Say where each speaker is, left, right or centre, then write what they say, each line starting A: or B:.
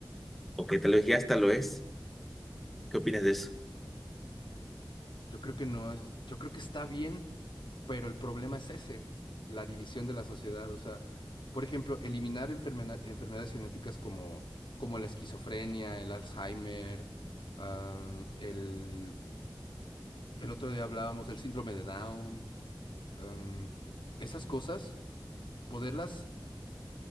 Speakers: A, in the centre; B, on the left.
A: o que tal vez ya hasta lo es, ¿qué opinas de eso?
B: Yo creo que no es, yo creo que está bien, pero el problema es ese, la división de la sociedad. O sea, por ejemplo, eliminar enfermena- enfermedades genéticas como, como la esquizofrenia, el Alzheimer, ah, el, el otro día hablábamos del síndrome de Down, am, esas cosas, poderlas